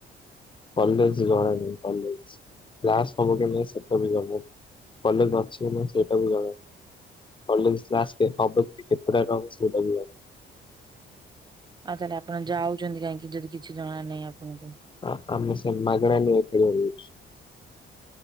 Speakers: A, on the left; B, on the right.
A: କଲେଜ ଜଣଣି କଲେଜ କ୍ଲାସ୍ ହବ କି ନାଇଁ ସେଟା ବି ଜଣା ନାହିଁ କଲେଜ ଅଛି କି ନାହିଁ ସେଇଟା ବି ଜଣା ନାହିଁ। କଲେଜ୍ କ୍ଲାସ୍ ହେବ କେତେଟା ରେ ହେବ ସେଇଟା ବି ଜଣା
B: ଆଉ ତାହେଲେ ଆପଣ ଯାଉଛନ୍ତି କାହିଁକି ଯଦି କିଛି ଜଣା ନାହିଁ ଆପଣଙ୍କୁ।
A: ହ ଆମେ ସେ ମାଗଣା <unintelligible>